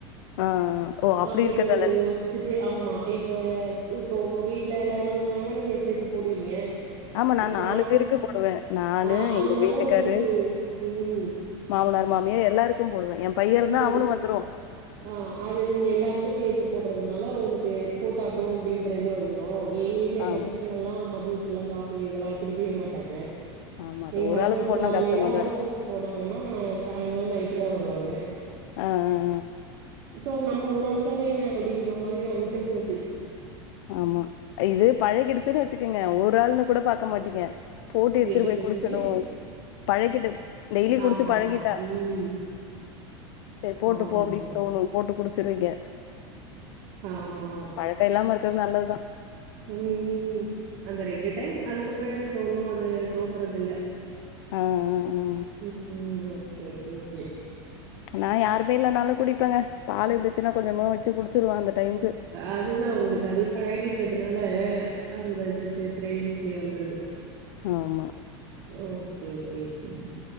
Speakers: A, on the left; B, on the right.
A: ஆ ஓ அப்டி
B: அப்டிங்கிறத
A: இருக்கதால
B: யோஸ் சிட்டு ஆமா இப்போ உப்போ உங்க வீட்ல எல்லாரு இருந்தாங்கனா நீங்க சேத்து போடுவீங்க
A: ஆமா நா
B: இப்ப
A: நாலு
B: நாம்
A: பேருக்கு போடுவே நானு
B: ஆ அதுனால
A: எங்க வீட்டுக்காரு
B: உங்ளுக்கு ம்
A: மாமனார் மாமியார் எல்லாருக்கும் போடுவ என் பையன் இருந்தா
B: ம்
A: அவனு வந்துருவா
B: ஆ அது நீங்க எல்லாருக்கு சேத்து போட்றதுனால உங்ளுக்கு போட்டாகணு அப்டின்ற இது வந்து ரு எங் வீட்ல எங்க
A: ஆமா
B: பசங்கள்லா மதியத்துலா காஃபி இதெல்லா குடிக்கவே மாட்டாங்க
A: ஆமா அது
B: எங்க
A: ஒரு
B: ஹஸ்பண்ட்
A: ஆளுக்கு போட்னா
B: காலேல
A: கஷ்டமாதா
B: ஆபீஸ்
A: இருக்கு
B: போனாங்கனா நா சாயங்காலோ நைட்டுதா வருவாங்க
A: ஆ அ
B: சோ நம்ம ஒரு ஆளுக்காக என்ன அப்டின்ற மாரி நா விட்டுர்றது
A: ஆமா இது பழகிடுச்சுன் வச்சுக்குங்க ஒரு ஆள்ன்னு கூட பாக்க மாட்டீங்க போட்டு எடுத்துட்டு
B: எப்டி
A: போய்
B: சொல்றீங்க
A: குடிக்கணு பழகிடும் டெய்லி குடிச்சு
B: ஆமா
A: பழகிட்டா
B: ஆமா ம்
A: சேர் போட்டுபோ
B: ஆமா ஆமா
A: அப்டின்
B: ஆமா
A: தோணு போட்டு குடிச்சிர்வீங்க
B: ஆமா
A: பழக் க இல்லாம இருக்கற்து நல்லதுதா
B: உம் அந்த ரெண்டு டைம் அதுக்கப்புறோ எனக்கு ஒன்னு அது தோன்றது இல்ல
A: ஆ ஆ ம்
B: உம் ஓகே கே கே
A: நா யாருமே இல்லனாலு குடிப்பேங்க பால் இருந்துச்சுன்னா கொஞ்சமா வச்சு குடிச்சிருவா அந்த டைம்முக்கு
B: அதுதா ஒங்களுக்கு அதை பழகிட்டதுனால அந்த இதுக்கு கிரேவிங்ஸ்லயே வந்துருது
A: ஆமா
B: ஓ கே கே கே